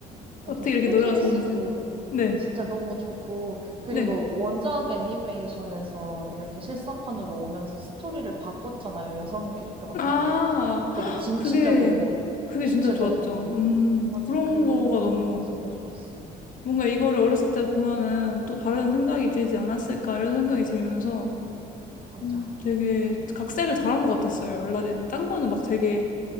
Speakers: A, on the right; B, on the left.
A: 맞아.
B: 어떻게
A: 스피치리스도
B: 이렇게 노래가 좋은지. 네,
A: 진짜 너무 좋고, 그리고
B: 네.
A: 원작 애니메이션에서 이렇게 실사판으로 오면서 스토리를 바꿨잖아요. 여성 캐릭터가
B: 아,
A: 좀 더 되게
B: 헉,
A: 진취적이고,
B: 그게, 그게
A: 주체적이고.
B: 진짜 좋았죠. 음,
A: 맞아,
B: 그런
A: 그
B: 거가
A: 부분이
B: 너무,
A: 진짜 좋았어요.
B: 뭔가 이거를 어렸을 때 보면은 또 다른 생각이 들지 않았을까 이런 생각이 들면서
A: 맞아.
B: 음, 되게 각색을 잘한 것 같았어요. 알라딘은 딴 거는 막 되게